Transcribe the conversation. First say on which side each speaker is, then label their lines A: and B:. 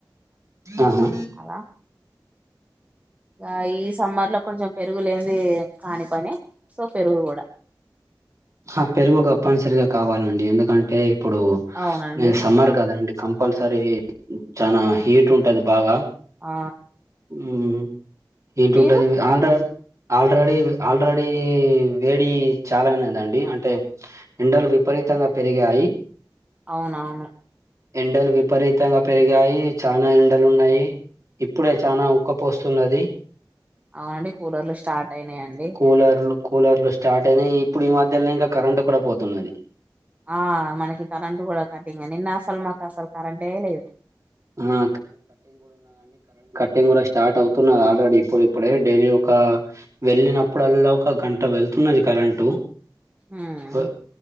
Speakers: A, on the right; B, on the right.
A: అవునా
B: అలా ఇక ఈ సమ్మర్ లో కొంచెం పెరుగు లేనిది కాని పని సో పెరుగు కూడా
A: ఆ పెరుగు తప్పనిసరిగా కావాలండి ఎందుకంటే ఇప్పుడు
B: అవునండి
A: ఈ సమ్మర్ కదండి కంపల్సరీ చానా హీట్ ఉంటది బాగా
B: ఆ
A: ఉమ్మ్ ఏంటుంటది
B: మీరు
A: ఇది ఆల్రా ఆల్రెడీ ఆల్రెడీ వేడి చాలా ఉన్నదండి అంటే ఎండలు విపరీతంగా పెరిగాయి
B: అవునవును
A: ఎండలు విపరీతంగా పెరిగాయి చానా ఎండలు ఉన్నాయి ఇప్పుడే చానా ఉక్కపోస్తున్నది
B: అవునండి కూలర్లు స్టార్ట్ అయినాయండి
A: కూలర్లు కూలర్లు స్టార్ట్ అయినాయి ఇప్పుడు ఈ మధ్యనే ఇంకా కరెంట్ కూడా పోతున్నది
B: ఆ మనకి కరెంటు కూడా కట్టింగ్ నిన్న అసలు మాకు అసలు కరెంటే లేదు
A: ఆ టింగ్ కూడా స్టార్ట్ అవుతున్నది ఆల్రెడీ ప్పుడిప్పుడే డైలీ ఒక వెళ్ళినప్పుడల్లా ఒక గంట వెళ్తున్నది కరెంటు
B: హ్
A: పో